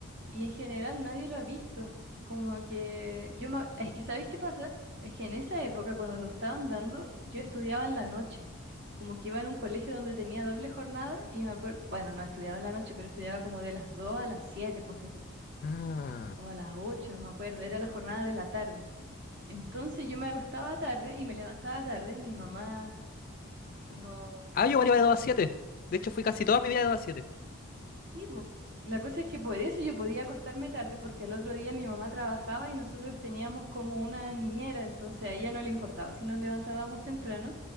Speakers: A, on the right; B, on the left.
A: y en general nadie lo ha visto. Como que yo me- es que ¿sabéis qué pasa? Es que en esa época cuando lo estaban dando, yo estudiaba en la noche. Como que iba en un colegio donde tenía doble jornada y me acuerdo, bueno, no estudiaba en la noche, pero estudiaba como de las 2 a las 7 ponte tú,
B: Ah.
A: o a las 8 no me acuerdo, era la jornada de la tarde. Entonces yo me acostaba tarde y me levantaba tarde, mi mamá no
B: Ah, yo igual iba de dos a siete De hecho, fui casi toda mi vida de dos a siete
A: Sí, po. La cosa es que por eso yo podía acostarme tarde, porque al otro día mi mamá trabajaba y nosotros teníamos como una niñera, entonces a ella no le importaba si nos levantábamos temprano.